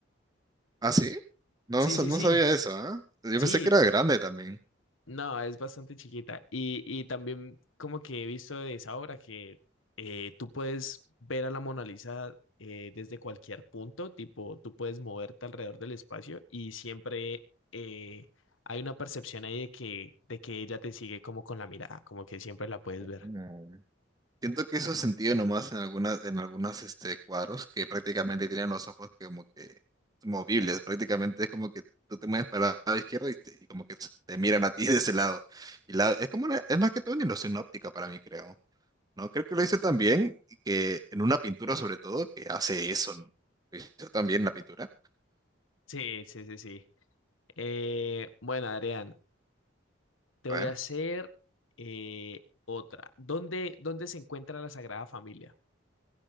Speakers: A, on the right; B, on the left.
A: ¿Ah, sí? No,
B: Sí,
A: sa-
B: sí,
A: no
B: sí.
A: sabía eso, ¿ah? Yo
B: Sí,
A: pensé que era grande también.
B: No, es bastante chiquita. Y, y también como que he visto de esa obra que eh, tú puedes ver a la Mona Lisa eh, desde cualquier punto, tipo, tú puedes moverte alrededor del espacio y siempre eh, hay una percepción ahí de que, de que ella te sigue como con la mirada, como que siempre la puedes ver.
A: Mm. Siento que eso es sentido nomás en algunas, en algunos este, cuadros que prácticamente tienen los ojos que como que movibles, prácticamente es como que tú te mueves para el lado izquierdo y, te- y como que se- te miran a ti <laughs> de ese lado. Y la, es como una- es más que todo una ilusión óptica para mí, creo, ¿no? Creo que lo hice también y que en una pintura sobre todo que hace eso, ¿no? Lo hizo también la pintura.
B: Sí, sí, sí, sí. Eh, bueno, Adrián, te
A: A
B: voy
A: ver,
B: a hacer eh, otra. ¿Dónde, dónde se encuentra la Sagrada Familia?